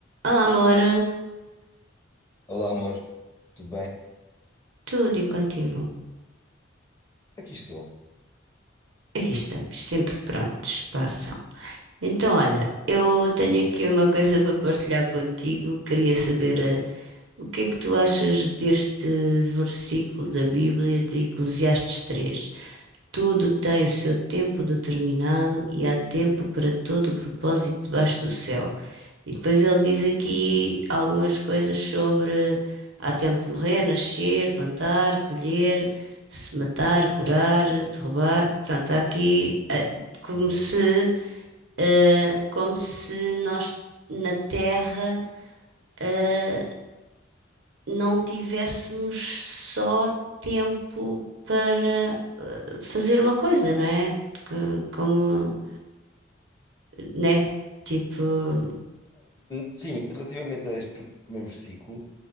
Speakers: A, on the right; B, on the left.
A: Olá, amor,
B: Olá, amor, tudo bem?
A: tudo e contigo?
B: Aqui estou.
A: Aqui estamos, sempre prontos para a ação. Então, olha, eu tenho
B: <laughs>
A: aqui uma coisa para partilhar contigo. Queria saber, eh, o que é que tu achas deste versículo da Bíblia de Eclesiastes 3? Tudo tem o seu tempo determinado e há tempo para todo o propósito debaixo do céu. E depois ele diz aqui
B: Uhum,
A: algumas coisas sobre há tempo de morrer, nascer, plantar, colher, se matar, curar, derrubar. Pronto, há aqui eh, como
B: uhum.
A: se, eh, como se nós na Terra, eh, não tivéssemos só tempo para fazer uma coisa, não é? Co- Como, né? Tipo,
B: Sim, relativamente a este primeiro versículo,